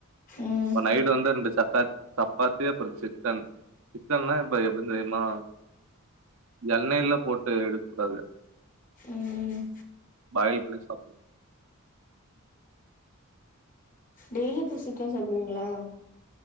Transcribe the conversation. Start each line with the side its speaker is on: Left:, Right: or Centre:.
Left: ம்
Right: இப்ப நைட்டு வந்து ரெண்டு சப்பாத் சப்பாத்தி அப்புற சிக்கன் சிக்கன்ன்னா இப்ப எப்டினு தெரியுமா எண்ணெய்ல போட்டு எடுத் கூடாது
Left: ம் ம் ம்
Right: பாயில் பண்ணி சாப்டுவோ
Left: டெய்லியு அப்போ சீக்கன் சாப்டுவீங்களா